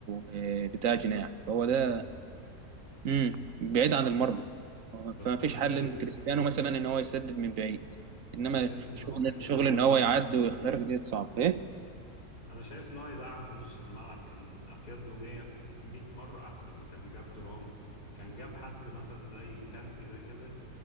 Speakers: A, on the right (about 60°); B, on the left (about 80°).
A: آه، بتاع جناح فهو ده
B: وينج
A: امم بعيد عن المرمى
B: بس
A: فما فيش
B: أنا
A: حل
B: شايف
A: ان كريستيانو مثلا ان هو يسدد من بعيد انما
B: أنا شايف إن
A: شغل
B: هو كان يدعم
A: شغل ان
B: في نص
A: هو يعدي
B: الملعب
A: ويخترق ديت صعب ايه
B: انا شايف ان هو يدعم في نص الملعب كان افيد له 100 في 100 مره احسن ما كان جاب درام كان جاب حد مثلا زي كانتي ده كده